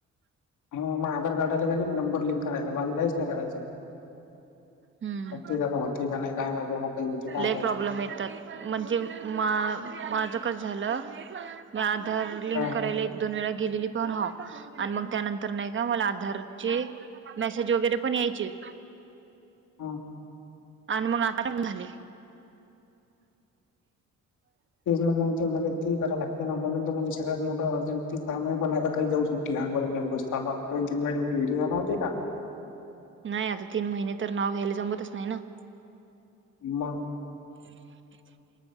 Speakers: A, on the left; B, on the right.
A: हा मग आधार कार्डला त्यांनी नंबर लिंक करायचा बाकी काहीच नाही करायचा.
B: हम्म
A: पण तेचं आता होते का नाही काय माहित बाबा कधी होते. काय
B: लय
A: माहित.
B: प्रॉब् लेम येतात म्हणजे मा माझं कसं झालं मी आधार लिंक
A: हां,
B: करायला एक-दोन वेळा गेलेली पण हा आणि मंग त्यानंतर नाही का मला आधारचे मेसेज वगैरे पण यायचे
A: हा.
B: आणि मंग आता बंद झाले.
A: तेचं ना मंग तर मला ते ही करा लागततं ना म्हणून तर मंग सगळ्यात मोठं अर्जंट. ती काम आहे पण आता काही जाऊ सुट्टी हांगर नी उगच चाललो आपण दोन तीन महिने <unintelligible> नव्हते का?
B: नाय आता तीन महिने तर नाव घ्यायला जमतच नाय ना.
A: म
B: <inaudible>